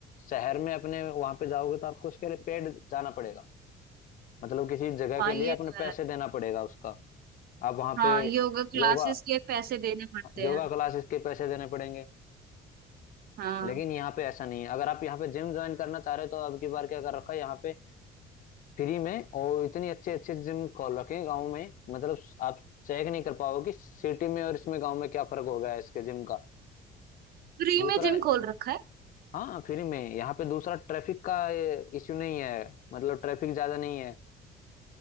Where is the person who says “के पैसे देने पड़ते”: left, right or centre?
Right